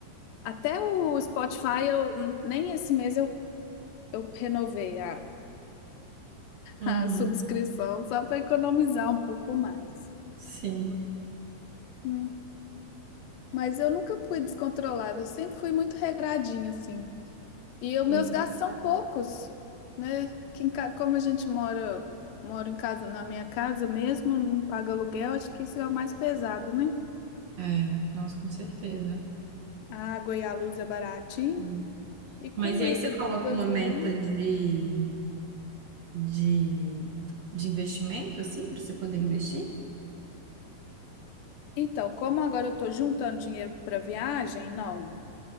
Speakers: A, on the left; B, on the right.
A: Até o Spotify, eu, nem esse mês eu, eu renovei
B: uhum,
A: a subscrição só para economizar um pouco mais.
B: sim,
A: Hum. Mas eu nunca fui descontrolada, eu sempre fui muito regradinha, assim. E os meus
B: sim.
A: gastos são poucos, né? Que em ca- como a gente mora, mora em casa, na minha casa mesmo, não paga aluguel, acho que isso é o mais pesado, né?
B: É, nossa, com certeza.
A: A água e a luz é baratinho,
B: Hum.
A: e comida,
B: Mas e aí você coloca
A: gasolina.
B: uma meta de, de, de investimento, assim, para você poder investir?
A: Então, como agora eu tô juntando dinheiro para viagem, não.